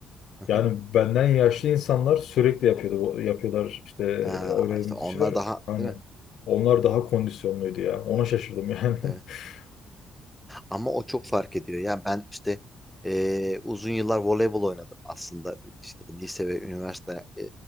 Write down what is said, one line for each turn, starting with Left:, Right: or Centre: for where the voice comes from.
Centre: Hı hı.
Left: Yani benden yaşlı insanlar sürekli yapıyordu, bu- yapıyorlar işte
Centre: Ha,
Left: Aurelien
Centre: işte onlar
Left: dışarı.
Centre: daha
Left: Aynen.
Centre: değil mi?
Left: Onlar daha kondisyonluydu ya. Ona şaşırdım yani.
Centre: Evet.
Left: <laughs>
Centre: Ama o çok fark ediyor. Yani ben işte e, uzun yıllar voleybol oynadım aslında işte lise ve üniversite e,